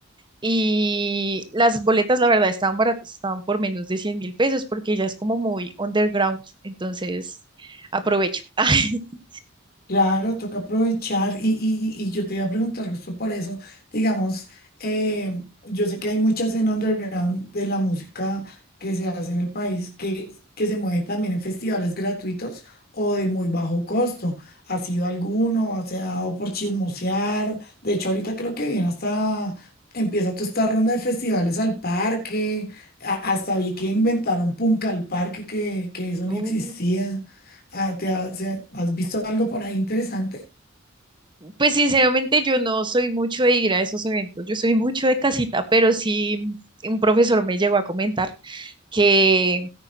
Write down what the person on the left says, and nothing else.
Claro, toca aprovechar y, y- y yo te iba a preguntar justo por eso, digamos, eh, yo sé que hay mucha escena underground de la música que se hace en el país que, que se mueve también en festivales gratuitos o de muy bajo costo. ¿Ha sido alguno? O sea, o por chismosear. De hecho, ahorita creo que viene hasta, empieza toda esta ronda de festivales al parque. a- hasta vi que inventaron Punca al parque, que, que eso
ni existía. Ah, ¿te ha- se- ¿Has visto algo por ahí interesante?